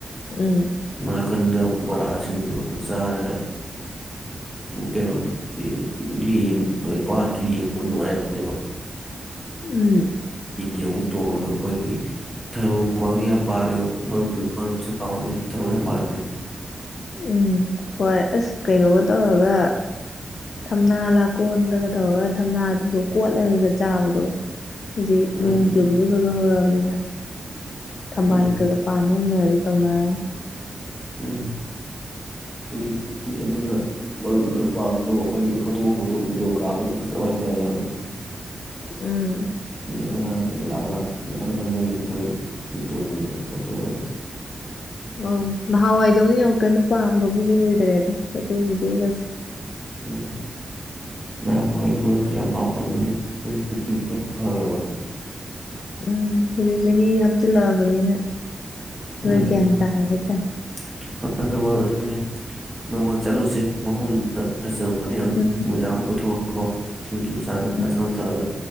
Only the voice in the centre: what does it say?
ꯃ <unintelligible> ꯗꯀ ꯕꯣꯔꯥ ꯁꯤꯡꯁꯨ ꯆꯥꯔꯒ ꯀꯩꯅꯣꯁꯨ ꯌꯦ ꯄꯥꯠꯇꯨ ꯌꯦꯡꯕ ꯅꯨꯡꯉꯥꯏꯕꯅꯦꯕ
ꯌꯦꯎꯨꯛ ꯇꯣꯡꯉꯒ ꯑꯩꯈꯣꯏꯒꯤ ꯊꯔꯣꯒꯁꯤ ꯌꯥꯝ ꯄꯥꯜꯂꯦ ꯃꯔꯨꯞꯇ ꯃꯔꯨꯞꯁꯨ ꯄꯥꯝꯃꯝꯅꯤ ꯊꯔꯣ ꯌꯥꯝꯥꯜꯂꯤꯗ
ꯎꯝ
ꯎꯝ
ꯎꯝ
ꯎꯝ ꯍꯧꯖꯤꯛꯇꯤ ꯑꯗꯨꯅ ꯃꯔꯨꯞꯅ <unintelligible> ꯄꯥꯝꯗꯣ ꯑꯩꯈꯣꯏ ꯐꯣꯇꯣ ꯐꯨꯇꯣ ꯚꯤꯗꯤꯑꯣ ꯀꯥꯞꯄ ꯐꯖꯕ ꯍꯥꯏꯇꯥꯔꯦ ꯌꯥꯝꯅ
ꯑꯩ ꯑꯉꯥꯡꯈꯩ ꯂꯥꯛ ꯂꯥꯛꯇꯅ ꯃꯌꯥꯝ ꯂꯝꯅꯔꯤꯅꯤ ꯑꯩꯈꯣꯏ ꯚꯗꯤꯑꯣ ꯅꯨꯡꯗꯣ ꯐꯣꯇꯣ ꯑꯣꯏꯔꯁꯦ
ꯎꯝ ꯅꯍ <unintelligible> ꯑꯩꯗꯤ ꯃꯔꯨꯞꯁ ꯌꯥꯝ ꯄꯥꯝꯃꯝꯕꯅꯤ ꯍꯧ ꯐꯈ꯭ꯔꯕ
ꯎꯝ
<unintelligible> ꯅꯣꯡꯃ ꯆꯠꯂꯨꯁꯦ ꯃꯐꯝꯗꯨꯗ ꯐꯖꯕ <unintelligible> ꯌꯥꯝ
ꯅꯨꯃꯤꯗꯥ ꯑꯃ ꯀꯣꯏꯊꯣ ꯑꯣꯣ ꯁꯤꯡꯖꯨ ꯆꯥꯒ <unintelligible>
ꯆꯁ ꯑꯃ ꯊꯛꯑꯒ